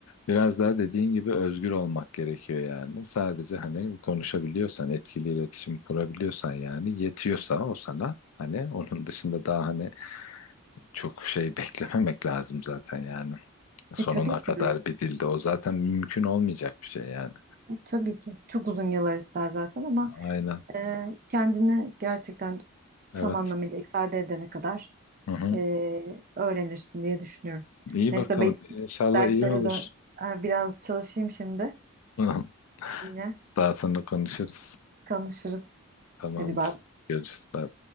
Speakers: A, on the left; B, on the right.
A: biraz daha dediğin gibi özgür olmak gerekiyor yani sadece hani konuşabiliyorsan etkili iletişim kurabiliyorsan yani yetiyorsa o sana hani onun dışında daha hani çok şey beklememek lazım zaten yani. Sonuna
B: E tabii
A: kadar
B: ki de.
A: bir dilde o zaten mümkün olmayacak bir şey yani.
B: E, tabii ki. Çok uzun yıllar ister zaten ama
A: Aynen.
B: e, kendini gerçekten
A: Evet.
B: tam anlamıyla ifade edene kadar
A: Hı hı.
B: e, öğrenirsin diye düşünüyorum.
A: İyi
B: Neyse
A: bakalım. İnşallah
B: Derslere
A: iyi olur.
B: dön. Ha, Biraz çalışayım şimdi.
A: <laughs>
B: Yine
A: Daha sonra konuşuruz.
B: konuşuruz.
A: Tamamdır.
B: Hadi bay bay.
A: Görüşürüz. Bye.